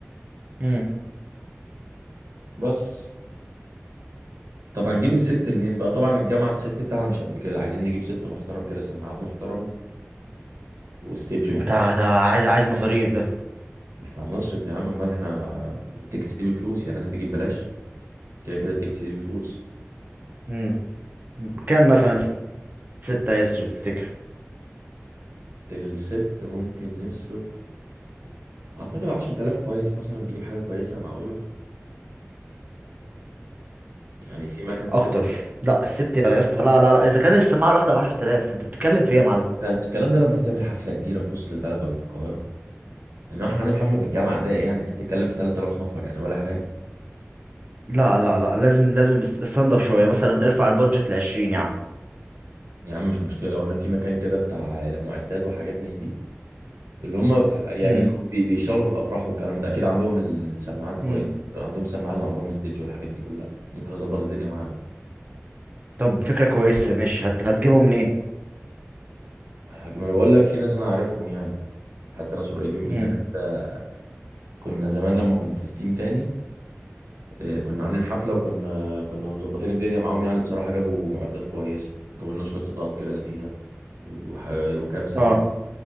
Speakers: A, on the right (about 35°); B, on the right (about 75°).
A: امم
B: بس طب هنجيب الست منين بقى طبعا الجامعة الست بتاعها مش قد كده عايزين نجيب ست محترم كده سماعات محترمة وستيج
A: انت
B: محترم
A: هت- عايز عايز مصاريف ده
B: ما احنا هنصرف يا عم امال احنا التيكتس دي بفلوس يعني الناس هتيجي ببلاش كده كده التيكتس دي بفلوس
A: مم. كام مثلا ستة هيصرف تفتكر
B: الست ممكن يصرف اعتقد 10000 كويس مثلا تجيب حاجة كويسة معقولة يعني في مكان
A: اكتر
B: كده
A: لا الست يا اسطى لا لا لا اذا كان السماعه الواحده ب 10000 انت بتتكلم في ايه يا معلم
B: بس الكلام ده لو انت بتعمل حفلة كبيرة في وسط البلد ولا في القاهرة انما احنا هنعمل حفلة في الجامعة ده إيه يعني انت بتتكلم في 3000 نفر يعني ولا حاجة
A: لا لا لا لازم لازم است- استنضف شويه مثلا ارفع البادجت ل 20 يا عم
B: يا عم مش مشكلة وانا في مكان كده بتاع معدات وحاجات من دي اللي هم في يعني
A: مم.
B: اللي هم بي- بيشتغلوا في الافراح والكلام ده اكيد عندهم السماعات كويس
A: مم.
B: عندهم سماعات وعندهم استديو والحاجات دي كلها ممكن اظبط الدنيا معاهم
A: طب فكره كويسه ماشي هت... هتجيبهم منين
B: لكن انا بقول لك في ناس انا عارفهم يعني حتى ناس قريبين من
A: مم.
B: هنا كده كنا زمان لما كنت في تيم تاني آه، كنا عاملين حفلة وكنا كنا مظبطين الدنيا معاهم يعني بصراحة جابوا معدات كويسة جابوا لنا شوية اضاءات كده لذيذة وح- وكام سماعة
A: اه